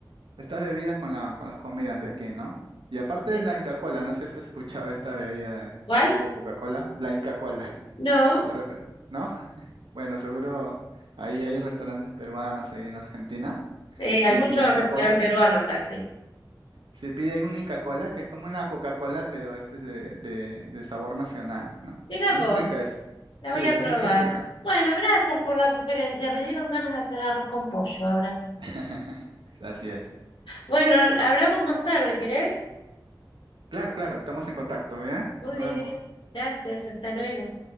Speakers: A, on the right (about 80°); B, on the left (about 80°).
A: estas bebidas con la, con las comidas de aquí, ¿no? Y aparte
B: Sí.
A: la Inca Cola, no sé si has escuchado esta bebida de
B: ¿Cuál?
A: tipo Coca-Cola, la Inca Cola, <laughs>
B: No.
A: de repente, ¿no? Bueno, seguro ahí hay restaurantes peruanos ahí en Argentina.
B: Sí, hay
A: Pídete
B: muchos
A: una Inca
B: restaurantes
A: Cola
B: peruanos acá, sí.
A: Se pide ahí una Inca cola que es como una Coca-Cola, pero este es de, de- de sabor nacional, ¿no?
B: Mira
A: Bien
B: vos,
A: rica es.
B: la
A: Sí,
B: voy
A: es
B: a probar.
A: bien rica.
B: Bueno, gracias por la sugerencia. Me dieron ganas de hacer arroz con pollo ahora.
A: <laughs> Así es.
B: Bueno, hablamos más tarde, ¿querés?
A: Claro, claro, estamos en contacto, ¿ya?
B: Muy
A: Nos
B: bien.
A: vemos.
B: Gracias, hasta luego.